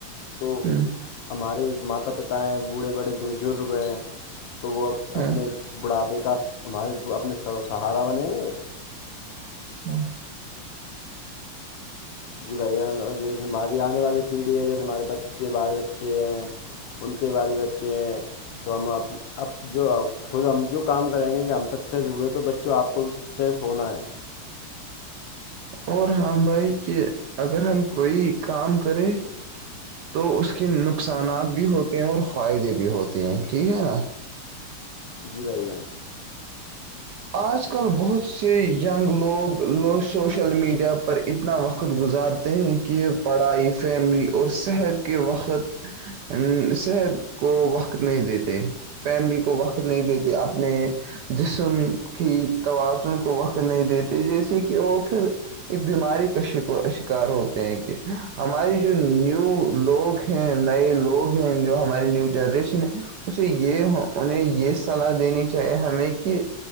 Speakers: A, on the left; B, on the right.
A: تو
B: ہوں
A: ہمارے ماتا پتا ہیں بوڑھے بڑے بزرگ ہیں تو وہ
B: ہاں
A: اپنے بڑھاپے کا ہمارے اپنے سہارا بنیں گے
B: ہاں
A: جی بھیاان اور جیسے ہماری آنے والی پیڑھی ہے جیسے ہمارے بچے بال بچے ہیں ان کے والے بچے ہیں تو ہم اپ اب جو خود ہم جو کام کریں گے کہ ہم سکسیز ہوئے تو بچوں آپ کو بھی سکسیز ہونا ہے
B: اور ہاں بھائی کہ اگر ہم کوئی کام کرے تو اس کے نقصانات بھی ہوتے ہیں اور فائدے بھی ہوتے ہیں ٹھیک ہے نا
A: جییرائی گان
B: آج کل بہت سے ینگ لوگ لو سوشل میڈیا پر اتنا وقت گزارتے ہیں کہ یہ پڑھائی فیملی اور صحت کے وقت صحت کو وقت نہیں دیتے فیملی کو کو وقت نہیں دیتے اپنے جسم کی توازن کو وقت نہیں دیتے جیسے کہ وہ پھر اس بیماری کا ش شکار ہوتے ہیں کہ ہماری جو نیو لوگ ہیں نئے لوگ ہیں جو ہماری نیو جنریشن ہے اسے یہ انہیں یہ سلاح دینی چاہیے ہمیں کہ